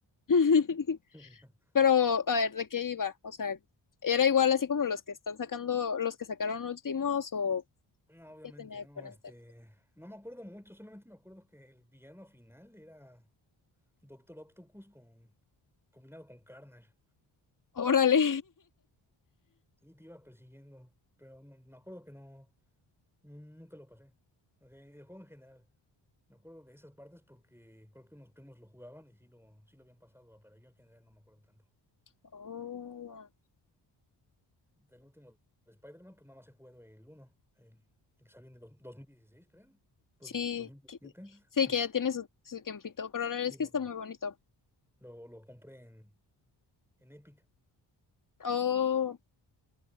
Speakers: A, on the left (about 40°); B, in the centre.
A: <laughs>
B: <laughs>
A: Pero, a ver, ¿de qué iba? O sea, ¿era igual así como los que están sacando, los que sacaron últimos o
B: No, obviamente,
A: qué tenía
B: no,
A: diferente?
B: este, no me acuerdo mucho, solamente me acuerdo que el villano final era Doctor Octopus con, combinado con Carnage.
A: Órale.
B: Sí, te iba persiguiendo, pero no- me acuerdo que no, nu- nunca lo pasé. O sea, el juego en general. Me acuerdo de esas partes porque creo que unos primos lo jugaban y sí lo, sí lo habían pasado, pero yo en general no me acuerdo tanto.
A: <laughs> Oh.
B: Del último de Spider-Man, pues nada más he jugado el uno el, el que salió en el do- dos- 2016, creo, dos-
A: Sí,
B: 2017.
A: que-
B: <laughs>
A: sí, que ya tiene su, su tiempito, pero la verdad
B: Y
A: es que
B: lo,
A: está muy bonito.
B: lo, lo compré en, en Epic.
A: Oh,